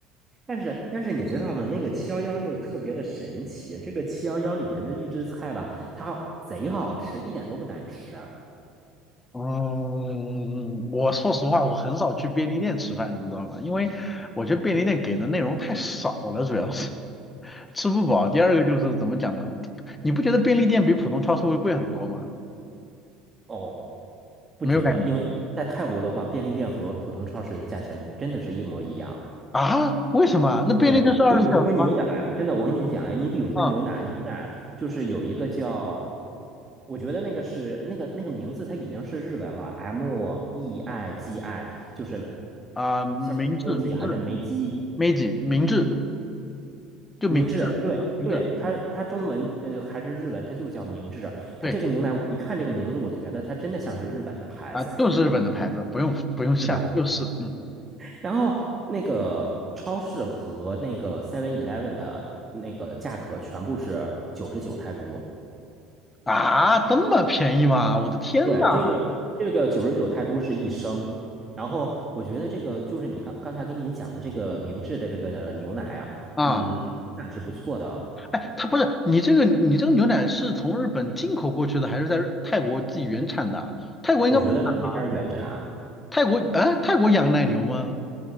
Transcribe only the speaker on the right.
但是但是你知道吗？那个七幺幺又特别的神奇，这个七幺幺里边的预制菜吧，它贼好吃，一点都不难吃。哦
哦，不觉得，
因为在泰国的话，便利店和普通超市的价钱真的是一模一样。
对，你比如说牛奶，真的，我跟你讲，哎你比如说牛奶，
牛奶就是有一个叫，我觉得那个是那个那个名字，它已经是日文了，M E I G I，就是
像是 m u 还是梅基
明治，对对，它它中文呃还是日文，
它就是叫明治。它这个牛奶，
我一看这个名字，我觉得它真的像是日本的牌子，
是吧？
然后那个超市和那个 Seven Eleven 的那个价格全部是九十九泰铢。
对，这个这个九十九泰铢是一升。然后我觉得这个就是你刚刚才跟你讲的这个明治的这个牛奶啊，
嗯，口感是不错的，
我觉得是这边儿原产啊